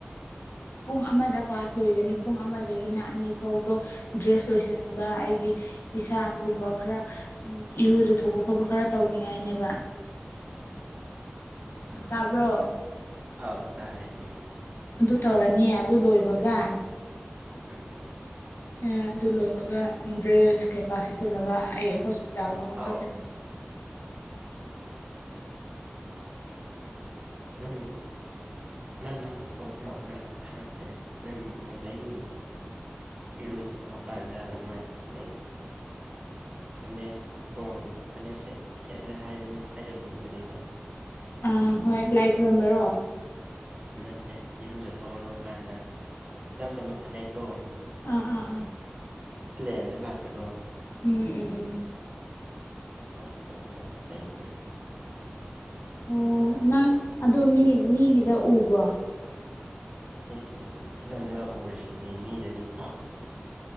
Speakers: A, on the left; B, on the right.
A: ꯄꯨꯡ ꯑꯃꯗ ꯀ꯭ꯂꯥꯁ ꯂꯣꯏꯒꯅꯤ ꯄꯨꯡ ꯑꯃꯗꯒꯤꯅ ꯑꯅꯤ ꯐꯥꯎꯗꯣ ꯗ꯭ꯔꯦꯁ ꯆꯣꯏꯁꯟꯕ ꯑꯩꯒꯤ ꯏꯁꯥꯒꯨꯝꯕ ꯈꯔ ꯏꯔꯨꯖꯊꯣꯛꯄ ꯈꯣꯠꯄ ꯈꯔ ꯇꯧꯅꯤꯡꯉꯥꯏꯅꯤ ꯑꯦꯕꯥ
B: <inaudible> <inaudible>
A: ꯇꯥꯕ꯭ꯔꯣ
B: ꯑꯥꯎ ꯇꯥꯏ ꯎꯝ
A: ꯇꯧꯔꯅꯤꯌꯦ ꯑꯗꯨ ꯂꯣꯏꯕꯒ
B: ꯎꯝ
A: ꯏꯌꯥ ꯑꯗꯨ ꯂꯣꯏꯕꯒ ꯗ꯭ꯔꯦꯁ ꯀꯩꯀꯥ ꯁꯤꯆꯤꯜꯂꯒ ꯑꯩ ꯍꯣꯏ ꯇꯜꯒ ꯑꯃꯨ
B: ꯑꯥꯎ
A: ꯆꯠ ꯀꯅꯤ
B: ꯎꯝ ꯎꯝ ꯅꯪ ꯅꯍꯥꯟ ꯐꯣꯇꯣ ꯊꯥꯔꯛꯑꯣ ꯍꯥꯏꯔꯒ ꯊꯥꯔꯛꯇꯦ ꯅꯣꯏ ꯃꯩꯇꯩꯒꯤ ꯏꯔꯨ ꯖꯊꯣꯛꯑꯀꯥꯟꯗ ꯅꯣꯏ ꯐꯅꯦꯛ ꯐꯅꯦꯛ ꯇꯣꯡ ꯐꯅꯦꯠ ꯁꯦꯠ ꯁꯦꯠꯂꯦ ꯍꯥꯏꯕꯅꯤ ꯍꯥꯏꯗꯣꯏꯅꯦ ꯐꯖꯩꯗꯣ
A: ꯑꯥ ꯍꯣꯏ ꯂꯥꯏ ꯈꯨꯔꯝꯕꯔꯣ
B: ꯅꯠꯇꯦ ꯏꯔꯨ ꯖꯊꯣꯛꯑ ꯂꯣꯏꯔꯀꯥꯟꯗ ꯏꯆꯝ ꯆꯝꯕ ꯐꯅꯦꯛꯇꯣ
A: ꯑꯥ ꯑꯥ ꯑꯥ
B: ꯄ꯭ꯂꯦꯟꯗ ꯂꯥꯛꯄꯗꯣ
A: ꯎꯝ ꯎꯝ ꯎꯝ
B: ꯑꯗꯣ ꯍꯥꯞꯄꯗ ꯌꯥꯝ ꯐꯖꯩꯅꯦ
A: ꯑꯣ ꯅꯪ ꯑꯗꯣ ꯃꯤ ꯃꯤꯒꯤꯗ ꯎꯕ꯭ꯔꯣ
B: ꯑꯤꯁ ꯐꯤꯂꯝꯗꯒ ꯎꯔꯤꯁꯤꯗꯤ ꯃꯤꯗꯗꯤ ꯄꯥꯛ ꯎꯗꯦ